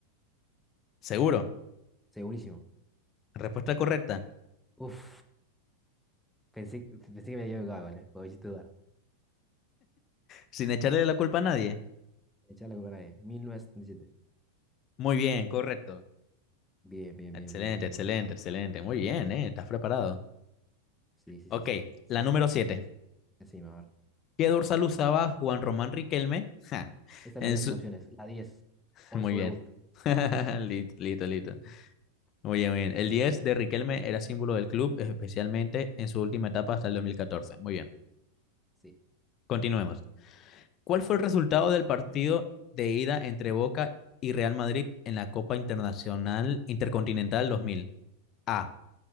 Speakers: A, on the left (about 35°); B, in the centre.
A: Seguro.
B: Segurísimo.
A: Respuesta correcta.
B: Uf. Pensé, pensé que me había equivocado, ¿vale? Lo hiciste dudar.
A: Sin echarle la culpa a nadie.
B: Echar la corona de 1977.
A: Muy bien, correcto.
B: Bien, bien,
A: Excelente,
B: bien, bien, bien,
A: excelente,
B: bien.
A: excelente. Muy bien, ¿eh? Estás preparado.
B: Sí, sí,
A: Ok,
B: sí, sí. Sé
A: la
B: bastante.
A: número 7.
B: Encima, a ver.
A: ¿Qué dorsal usaba Juan Román Riquelme? <laughs> Ja,
B: Esta
A: en
B: la dio
A: su...
B: sin opciones. La 10.
A: <laughs>
B: O
A: Muy
B: en su
A: bien.
B: debut.
A: <laughs> Listo, listo, listo. Muy bien, muy bien. El 10 de Riquelme era símbolo del club, especialmente en su última etapa hasta el 2014. Muy bien.
B: Sí.
A: Continuemos. ¿Cuál
B: A
A: fue
B: ver.
A: el resultado del partido de ida entre Boca y Real Madrid en la Copa Internacional Intercontinental 2000? A,